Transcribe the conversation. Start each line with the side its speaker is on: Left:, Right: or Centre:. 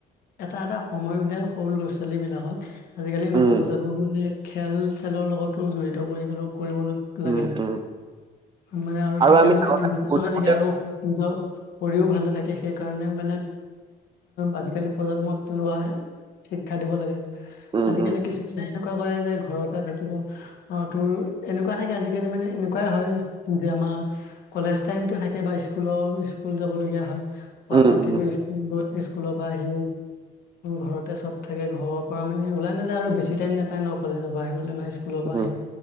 Left: এটা এটা সময় উলিয়াই সৰু ল'ৰা ছোৱালী বিলাকক আজিকালি
Right: উম,
Left: নৱপ্ৰজন্মক মানে খেল খেলৰ লগত জড়িত কৰি কৰিব লাগে
Right: উম, উম,
Left: মানে আৰু তেতিয়া
Right: আমি
Left: মানে
Right: আগতে
Left: ফিজিক
Right: সৰু থাকোতে
Left: <unintelligible> আৰু নিজৰ কৰিও ভাল থাকে সেইকাৰণে মানে আজিকালি প্ৰজন্ম তেৱা <unintelligible> শিক্ষা দিব লাগে
Right: উম,
Left: আজিকালি
Right: উম,
Left: কিছুমানে এনেকুৱা কৰে যে ঘৰতে থাকিব অ তোৰ এনেকুৱা থাকে আজিকালি মানে এনেকুৱাই হয় আমাৰ কটো থাক কাবা স্কুলৰ স্কুল যাব লগগীয়া হয় প
Right: উম,
Left: পাহ
Right: উম,
Left: সটো স্কুল স্কুলৰ পৰা আহি ঘৰতে চব থাকে ঘৰৰ পৰা মানে ওলাই নাযায় আৰু বেছি টাইম নোপায় ন কলেজ আহিবলৈ মানে স্কুলৰ পৰা
Right: উম,
Left: আহি